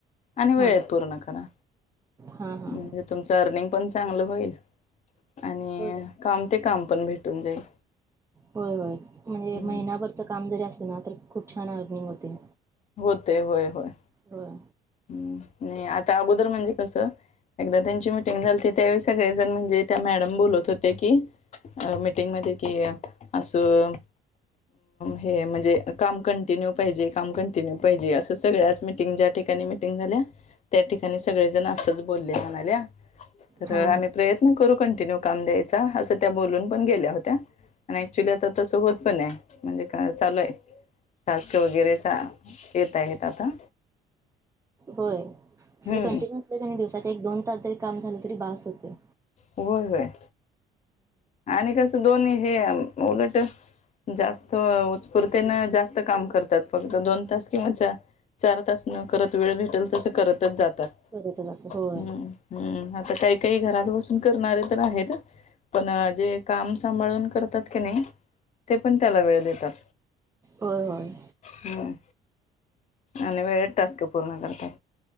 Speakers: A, on the left; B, on the right.
A: आणि वेळेत
B: हां
A: पूर्ण करा,
B: हां हां
A: म्हणजे तुमचं अर्निंग पण चांगलं होईल, आणि
B: होय
A: काम ते काम पण भेटून जाईल.
B: होय होय, म्हणजे
A: हम्म,
B: महिना्याभरच काम जरी असलं ना, तर खूप छान अर्निंग होते.
A: होते होय होय.
B: होय.
A: हम्म, नाही आता अगोदर म्हणजे कसं एकदा त्यांची मिीटिंग झालीती त्यावेळी सगळेजण म्हणजे त्या मॅडम बोलत होते की, अ मीटिंगमध्ये कि, असं हे म्हणजे, काम कंटिन्यू पाहिजे, काम कंटिन्यू पाहिजे, असं सगळ्याच मिटिंग ज्या ठिका काणी मिटिंग झाल्या, त्या ठिकाणी सगळे जण असच बोलले म्हणाल्या, तर
B: हां
A: आम्ही
B: हां
A: प्रय करू कंटिन्यू काम द्यायचा, असं त्या बोलून पण गेल्या होत्या. आणि ऍक्च्युली आता तस होत पण आहे, म्हणजे चालू आहे, टास्क वगैरे येत आहेेत आता
B: होय, म्हणजे
A: हम्म
B: कंटिन्यु असलं के नै दिवसाचे एक दोन तास जरी काम झालं तरी बास होतेय.
A: होय होय. आणि कसं दोन्ही हे, उलट जास्त उत्पुरतेन जास्त काम करतात, फक्त दोन तास किंवा चार चार तास नं करत वेळ भेटेल तसं करतच जातात.
B: करत जातात, होय.
A: हम्म हम्म, आता काही काही घरात बसून करणारे तर आहेत पण जे काम सांभाळून करतात की नाही, ते पण त्याला वेळ देतात.
B: होय होय.
A: हम्म, आणि वेळेत टास्क पूर्ण करतात.